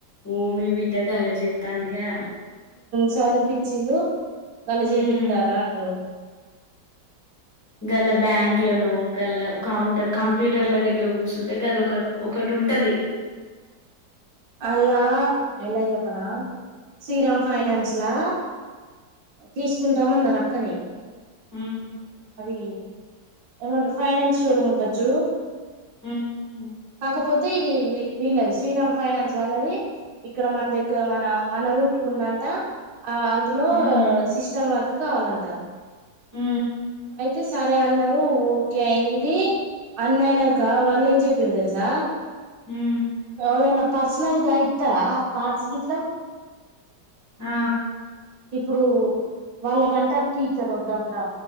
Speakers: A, on the left; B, on the right.
A: ఓ మీ వీ దగ్గర్ అల్లరి చేస్తా అందిగా
B: చదుపిచ్చుఉండు కళ్ళు
A: హ్మ్
B: చూపిస్తారా అంటరు
A: గల్ల బ్యాంక్లను గల్ల కౌంటర్ కంప్యూటర్ల దగ్గర కూర్చుంటే గద ఒక ఒకటి ఉంటది
B: అలా ఎలా చెప్పనా శ్రీరామ్ ఫైనాన్స్లా తీసుకుంటామన్నారు అక్కనే
A: హ్మ్
B: అది ఏమంట ఫైనాన్స్ షోరూమ్ ఉంటంది చూడు
A: హ్మ్
B: కాకపోతే ఇది వీళ్ళదు శ్రీరామ్ ఫైనాన్స్ వాళ్ళది ఇక్కడ మన దగ్గర మన మన రూట్కు ఉంద అంట ఆ అందులో
A: హ్మ్
B: సిస్టమ్ వర్క్ కావాలంట
A: మ్
B: అయితే సరే అన్నారు ఓకే అయింది అన్నయనాక వాళ్ళు ఏం చెప్పిరు తెలుసా
A: హ్మ్
B: ఎళ అన్న పర్సనల్గా ఇత్తారా కార్డ్స్ గిట్లా
A: ఆ
B: ఇప్పుడు వాళ్ళకంటా టీచర్ వద్దంతా